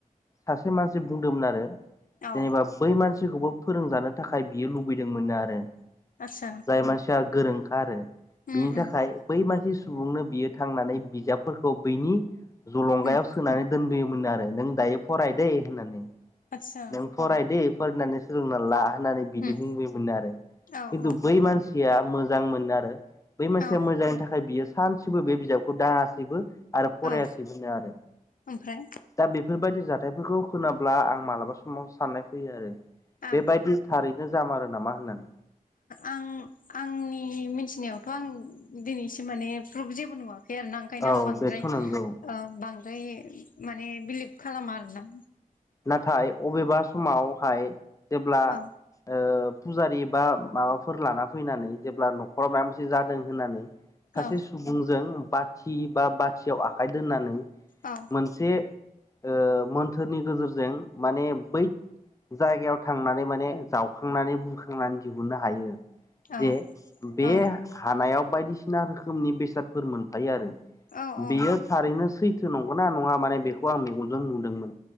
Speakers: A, on the left; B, on the left.
A: सासे मानसि बुंदोंमोन आरो जेनेबा
B: औ
A: बै मानसिखौबो फोरोंजानो थाखाय बियो लुबैदोंमोननो आरो
B: आतसा
A: जाय मानसिया गोरोंखा आरो
B: उम
A: बिनि थाखाय
B: उम
A: बै मानसि सुबुंनो बियो थांनानै बिजाबफोरखौ बैनि जलंगायाव
B: उम
A: सोनानै दोनबोयो मोन आरो नों दायो फरायद होननानै
B: आतसा
A: नों फरायद फरायनानै सोलोंनानै ला होननानै बिदि
B: उम
A: बुंबायोमो आरो
B: औ
A: खिन्थु
B: औ
A: बै मानसिया मोजां मोनो आरो बै मानसिया
B: औ
A: मोजांनि थाखाय बियो सानसेबो बे बिजाबखौ दाङासैबो आरो फरायासैबोनो
B: औ
A: आरो
B: ओमफ्राय
A: दा बेफोरबायदि जा हाथायफोरखौ खोनाब्ला आं मालाबा समाव साननाय फैयो आरो
B: औ
A: बेबायदि थारि बिदिनो जामारो नामा होननानै
B: आं आंनि मिथिनायावथ' आं दिनैसिम माने प्रुफ जेबो नुवाखै फेर न ओंखायनो
A: औ
B: आं बांद्राय
A: बेथ' नंगौ
B: ओ बां फ्राय माने बिलिभ खालामा आरोना
A: नाथाय अबेबा समावहाय जेब्ला
B: औ
A: ओ फुजारि बा माबाफोर लाना फैनानै जेब्ला न'खराव माबा मोनसे जादों होननानै सासे
B: औ
A: सुबुंजों बाथि बा बाथियाव आखाइ दोन्नानै
B: औ
A: मोनसे ओ मोनथोरनि गेजेरजों जों माने बै जायगायाव थांनानै माने जावखांनानै बुखांनानै दिहुननो हायो जे
B: औ
A: बे
B: औ
A: हानायाव बायदिसिना रोखोमनि बेसादफोर मोनफायो आरो
B: औ
A: बेयो
B: औ
A: थारैनो सैथो नंगौ ना नङा माने बेखौ आं मेगनजों नुदोंमोन?